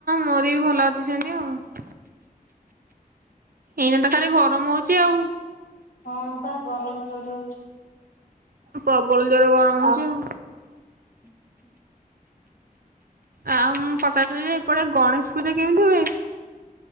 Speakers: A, on the right (about 75°); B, on the left (about 75°).
A: ମୋର ବି ଭଲ ଅଛି ସେନ୍ତି ଆଉ। ଏଇନା ତ ଖାଲି ଗରମ ହଉଛି ଆଉ।
B: ହଁ ପା ଗରମ ଜୋରେ ହଉଛି।
A: ପ୍ରବଳ ଯୋର ଗରମ ହଉଛି ଆଉ।
B: ହୁଁ
A: ଆଉ ମୁଁ ପଚାରୁଥିଲି ଯେ ହେପଟେ ଗଣେଶ ପୂଜା କେମିତି ହୁଏ?